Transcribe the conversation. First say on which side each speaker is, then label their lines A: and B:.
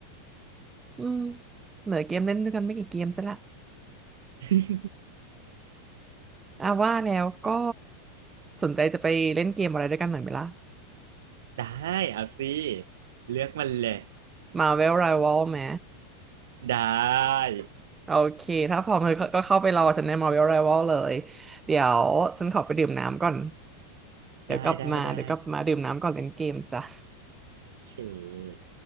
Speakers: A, on the right; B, on the right.
A: อืมเหลือเกมเล่นด้วยกันไม่กี่เกมซะละ
B: <laughs>
A: อ่ะว่าแล้วก็สนใจจะไปเล่นเกมอะไรด้วยกันหน่อยไหมล่ะ
B: ได้เอาสิเลือกมันเลย
A: Marvel Rival ไหม
B: ได้
A: โอเคถ้าพร้อมก็ก็เข้าไปรอฉันใน Marvel Rival เลยเดี๋ยวฉันขอไปดื่มน้ำก่อนเดี๋ยวกลับมาเดี๋ยวกลับมาดื่มน้ำก่อนเล่นเกมจ้ะ
B: ได้ได้ได้โอเค